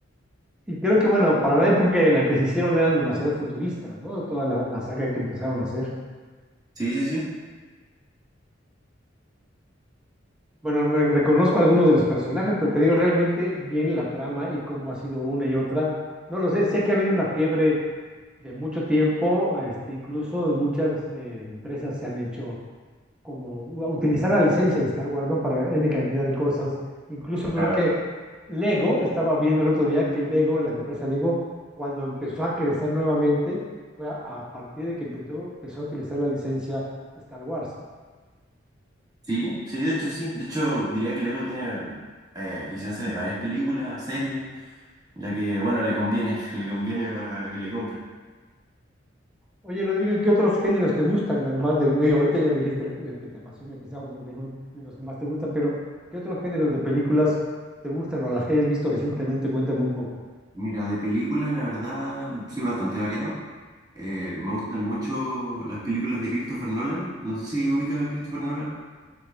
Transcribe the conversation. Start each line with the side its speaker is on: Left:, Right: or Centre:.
Centre: Y creo que, bueno, para la época en la que se hicieron eran demasiado futuristas, ¿no? Toda la la saga que empezaron a hacer.
Right: Sí, sí, sí.
Centre: Bueno, re- reconozco algunos de los personajes, pero te digo realmente bien la trama y cómo ha sido una y otra. No lo sé, sé que ha habido una fiebre de mucho tiempo, este, incluso muchas eh, empresas se han hecho como utilizar la licencia de Star Wars, ¿no? Para N cantidad de cosas. Incluso creo
Right: A
Centre: que
Right: ver.
Centre: Lego, estaba viendo el otro día que Lego, la empresa Lego, cuando empezó a crecer nuevamente, fue a, a partir de que empezó, empezó a utilizar la licencia de Star Wars.
Right: Sí, sí, de hecho sí. De hecho, diría que Lego tiene eh, licencia de varias películas, series, ya que, bueno, le conviene, <laughs> le conviene para que le compren.
Centre: Oye, Rodrigo, ¿y qué otros géneros te gustan? Además de, de- ahorita ya me dijiste el, que el que te apasiona, quizá o de los de los que más te gustan, pero ¿qué otros géneros de películas te gustan o las que hayas visto recientemente? Cuéntame un poco.
Right: Mira, de películas, la verdad, soy bastante variado. Eh, me gustan mucho las películas de Christopher Nolan. No sé si ubicas a Christopher Nolan.